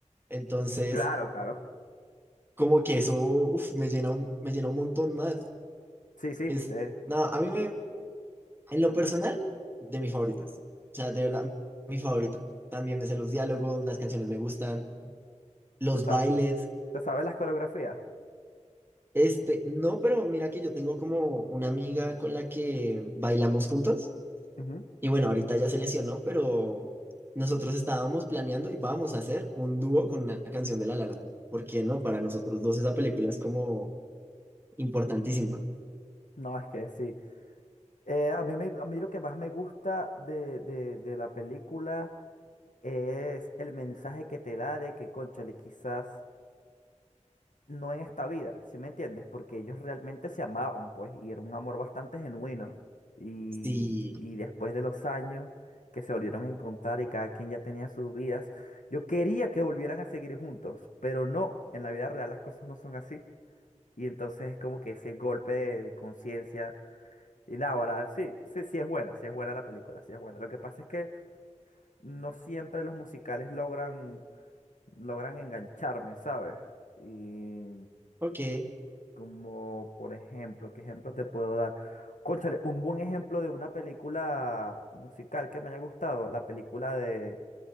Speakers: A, on the right; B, on the left.
A: entonces,
B: Claro, claro.
A: como que eso, uf, me llena un, me llena un montón más.
B: Sí, sí,
A: Es,
B: te,
A: nada, a mí me, en lo personal, de mis favoritas. O sea, de verdad, mi favorita. También me sé los diálogos, las canciones me gustan. los
B: te sa-
A: bailes.
B: te sabes las coreografías.
A: Este, no, pero mira que yo tengo como una amiga con la que bailamos juntos.
B: Ujú.
A: Y bueno, ahorita ya se lesionó, pero nosotros estábamos planeando y vamos a hacer un dúo con una canción de La La Land. ¿Por qué no? Para nosotros dos esa película es como importantísima.
B: No, es que sí. Eh, a mí me- a mí lo que más me gusta de, de- de la película es el mensaje que te da de que, cónchale, quizás no en esta vida, ¿sí me entiendes? Porque ellos realmente se amaban, pues, y era un amor bastante genuino. Y,
A: Sí,
B: y después de los años que se volvieron a encontrar y cada quien ya tenía sus vidas, yo quería que volvieran a seguir juntos, pero no, en la vida real las cosas no son así. Y entonces es como que ese golpe de de conciencia. Y Náguara, sí, sí, sí es buena, sí es buena la película, sí es buena. Lo que pasa es que no siempre los musicales logran, logran engancharme, ¿sabes? Y
A: ok.
B: como, por ejemplo, ¿qué ejemplo te puedo dar? Cónchale, un buen ejemplo de una película musical que me haya gustado, la película de,